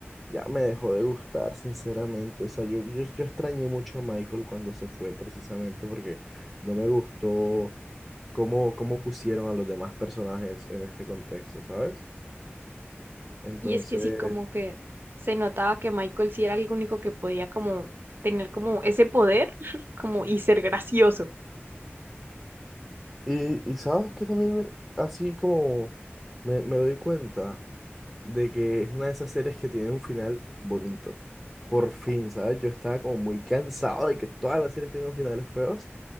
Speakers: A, in the centre; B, on the right.
A: ya me dejó de gustar, sinceramente. O sea, yo, yo, yo extrañé mucho a Michael cuando se fue, precisamente porque no me gustó cómo, cómo pusieron a los demás personajes en este contexto, ¿sabes? Entonces,
B: Y es que sí, como que se notaba que Michael sí era el único que podía como tener como ese poder, <laughs> como y ser gracioso.
A: y, y sabes que también me- así como me, me doy cuenta de que es una de esas series que tiene un final bonito. Por fin, ¿sabes? Yo estaba como muy cansado de que todas las series tengan finales feos.